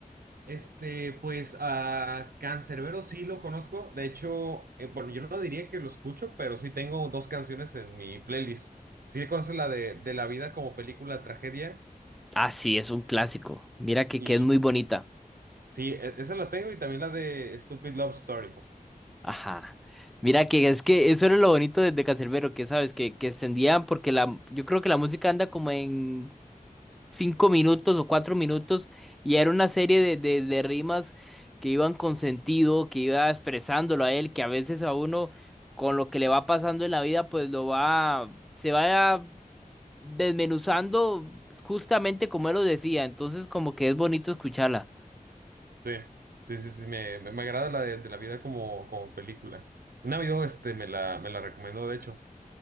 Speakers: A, on the right; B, in the centre.
A: Este, pues a Canserbero sí lo conozco. De hecho, eh, bueno, yo no diría que lo escucho, pero sí tengo dos canciones en mi playlist. Sí conoces la de, de La vida como película tragedia
B: Ah, sí, es un clásico. Mira que,
A: y
B: que es muy bonita.
A: sí, e- esa la tengo y también la de Stupid Love Story.
B: Ajá. Mira que es que eso era lo bonito de, de Canserbero, que sabes, que, que extendían, porque la, yo creo que la música anda como en cinco minutos o cuatro minutos, y era una serie de, de, de rimas que iban con sentido, que iba expresándolo a él, que a veces a uno con lo que le va pasando en la vida, pues lo va, se va desmenuzando justamente como él lo decía, entonces como que es bonito escucharla.
A: Sí, sí, sí, sí, me, me, me agrada la de, de La vida como, como película. Un amigo este me la, me la recomendó, de hecho.